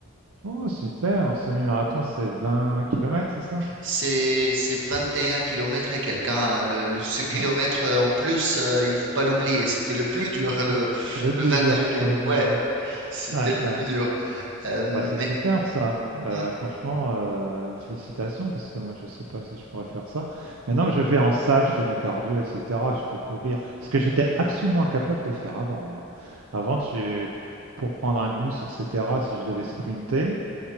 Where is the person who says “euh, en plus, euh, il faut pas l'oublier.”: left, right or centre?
Right